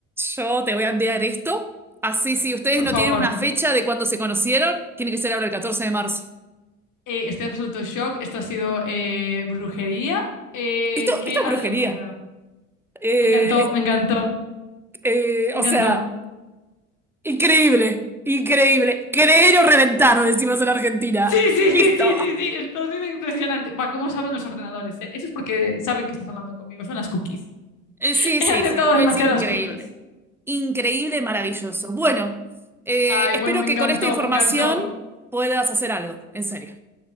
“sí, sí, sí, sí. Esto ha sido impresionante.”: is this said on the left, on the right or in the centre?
Left